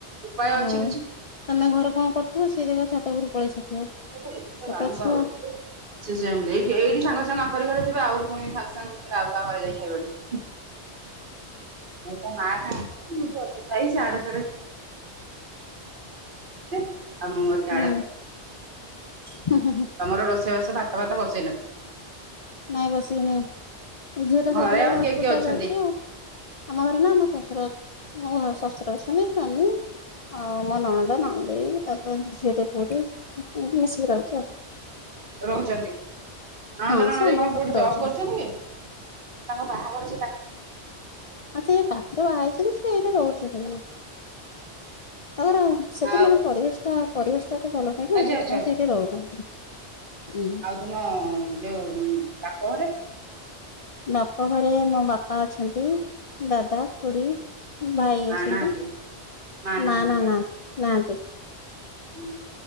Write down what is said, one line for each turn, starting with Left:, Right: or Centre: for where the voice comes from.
Right: ଉପାୟ
Left: ହଁ
Right: ଅଛି କିଛି
Left: ତମେ ଘରେ କଣ କରୁଥିବ ସେ ଦେଖି ଛାତ ଉପରୁ ପଳେଇ ସାରିଥିବ।
Right: ଏଟା ଏତେ
Left: ଛୋଟ
Right: ବାଳୁଙ୍ଗା
Left: ଛୁଆ
Right: ହଉଚି। ସେସେମିତି ଏଇଠି ଏଇଠି ସାଙ୍ଗ ସାଙ୍ଗ ଆଙ୍କରି ଘରେ ଥିବ ଆହୁରି ପୁଣି ସାଙ୍ଗ ସାଙ୍ଗେ ଆଉ କାହା ଘରେ ଯାଇ ହେବେଣୀ। ଏଇଁ ମା <unintelligible> ଯୁଆଡେ ଯିବେ <unintelligible>
Left: ହୁଁ
Right: <unintelligible>
Left: ହୁଁ ହଁ ହୁଁ।
Right: ତମର ରୋଷେଇବାସ ଭାତ ଭାତ ବସେଇ ନଥିବ?
Left: ନାଇଁ ବସେଇନି ଝିଅ ଟା ସେଇଥିଲାଉଟା
Right: ଘରେ ଆଉ କିଏ କିଏ ଅଛନ୍ତି?
Left: ଅଛି ଆଉ। ଆମ ଘରେ ନା ଆମ ଶଶୁର ମୋ ଶଶୁର ଅଛନ୍ତି ମୋ ସ୍ୱାମୀ ଆଉ ମୋ ନଣଦ ନଣ ଦେଇ ତାପରେ ଝିଅଟିଏ ପୁଅଟିଏ ସବୁ ମିଶିକି ରହିଛୁ ଆଉ।
Right: ରହୁଛନ୍ତି ନଣଦ
Left: ହଁ
Right: ନନଦେଇ
Left: ସେ ଆମ
Right: କଣ
Left: ପାଖରେ
Right: କୋଉଠି ଜବ୍
Left: ରହୁଛନ୍ତି
Right: କରୁଛନ୍ତି କି ତାଙ୍କ ବାହାଘର ସେଇ କା।
Left: ଆଛା ଏଇ ପାତ ବାହା ହେଇଛନ୍ତି ସେ ଏଇଠି ରହୁଛନ୍ତି? ତାଙ୍କର ସେଠି
Right: ଆଉ
Left: ମାନେ ପରିବେଶ ଟା ପରିବେଶ ଟା ଏତେ ଭଲ ନାହିଁ ନା
Right: ଆଚ୍ଛା
Left: ସେଥିପାଇଁ
Right: ଆଚ୍ଛା ଆଛା
Left: ସେଇଠି ରହୁଛନ୍ତି। ଉଁ
Right: ଆଉ ତମ ଯୋଉ ବାପଘରେ?
Left: ବାପ ଘରେ ମୋ ବାପା ଅଛନ୍ତି ଦାଦା ଖୁଡି। ଭାଇ
Right: ମା
Left: ଅଛନ୍ତି
Right: ନାହାନ୍ତି ମା ନାହାନ୍ତି।
Left: ମାଆ ନା ନା ନା ନାହାନ୍ତି।
Right: ହୁଁ